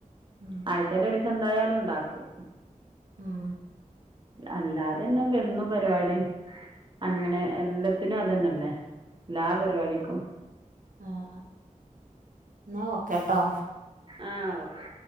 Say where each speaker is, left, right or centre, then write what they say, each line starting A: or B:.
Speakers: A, on the right (about 80°); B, on the right (about 35°).
A: ഉം.
B: ആഴച്ചാല ഒരുസം എന്തായാലും ഉണ്ടാക്കും
A: ഉം
B: അല്ലാതെന്നെ വന്നു പരിപാടി അങ്ങനെ എല്ലാത്തിനും അതന്നെല്ലേ എല്ലാ പരിപാടിക്കും
A: ആഹ് ആ എന്നാ ഓക്കെട്ടോ
B: ആഹ് ഓക്കെ